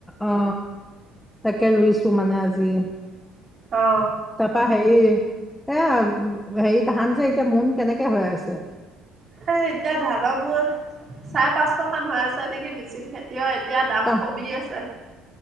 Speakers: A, in the centre; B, on the right.
A: অ তাকে ৰুইছো মানে আজি
B: অ
A: তাৰপা হেৰি এ হেৰি ধান যে এতিয়া মোন কেনেকে হৈ আছে
B: এ এতিয়া ধানৰ মোৰ চাৰে পাঁচশ মান হৈ আছে নেকি মেচিন খেতি এতিয়া দাম
A: তহ
B: কমি আছে